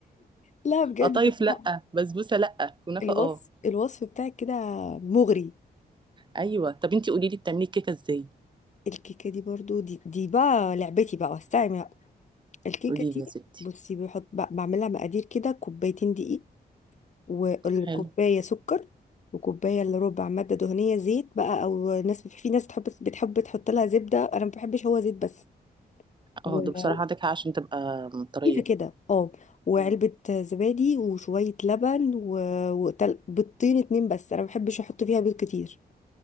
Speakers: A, on the left; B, on the right.
A: لا بجد
B: قطايف لا
A: لا.
B: بسبوسه لا كنافه
A: الوصف
B: اه
A: الوصف بتاعك كده مغري
B: ايوه طب انتي قولي لي بتعملي الكيكه ازاي
A: الكيكه دي برضو دي دي بقى لعبتي بقى واستعمل الكيكة
B: قولي
A: دي
B: لي يا ستي
A: بصي بحط ب- بعملها مقادير كده كوبايتين دقيق والكوباية
B: حلو
A: سكر وكوباية إلا ربع مادة دهنية زيت بقى أو ناس في ناس بتحب بتحب تحط لها زبدة أنا ما بحبش هو زيت بس وخفيفة
B: اه ده بصراحه عندك حق عشان تبقى طريه
A: كده اه وعلبة
B: مم.
A: زبادي وشوية لبن و... وتل... بيضتين اتنين بس أنا ما بحبش أحط فيها بيض كتير